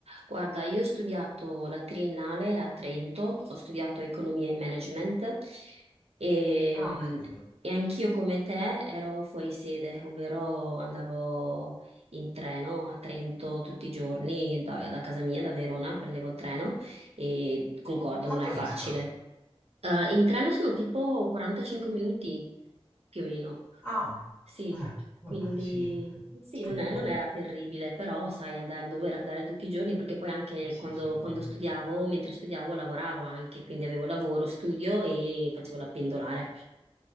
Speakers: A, on the right; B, on the left.
A: Guarda, io ho studiato la triennale a Trento, ho studiato economia e management e,
B: Ah, ho capito.
A: e anch'io come te ero fuori sede, ovvero andavo in treno a Trento tutti i giorni, da, da casa mia, da Verona, prendevo il treno e concordo,
B: Quanto
A: non è facile.
B: dista?
A: Eh, in treno sono tipo 45 minuti più o meno.
B: Ah,
A: Sì,
B: eh, vabbè,
A: quindi
B: sì, eh,
A: sì,
B: comunque.
A: non è- non era terribile, però sai andare, dover andare tutti i giorni, perché poi anche
B: Eh Sì,
A: quando,
B: sì,
A: quando
B: comunque.
A: studiavo, mentre studiavo lavoravo anche, quindi avevo lavoro, studio e facevo la pendolare.